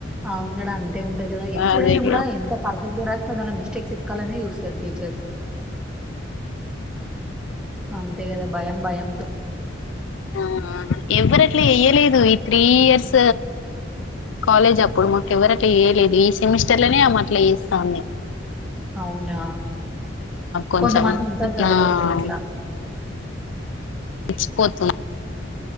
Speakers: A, in the centre; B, on the left.
A: అవును కదా అంతే ఉంటంది కదా ఎప్పుడైనా
B: అదే కదా
A: కూడా ఎంత పర్ఫెక్ట్ గా రాసినా అలా మిస్టేక్స్ క్కనే చూస్తారు టీచర్ అంతే కదా భయం భయం
B: ఆ ఎవరట్లా వయ్యలేదు త్రీ ఇయర్స్ కాలేజ్ అప్పుడు మాకు ఎవరు అట్లా చేేయలేదు ఈ సెమిస్టర్ లోనే ఆమె అట్లా చేేస్తాంది
A: అవునా
B: కొంచెం
A: కొంతమంది ఉంటారు కద
B: ఆ
A: లేం ఇట్లా
B: మచ్చిపోతాం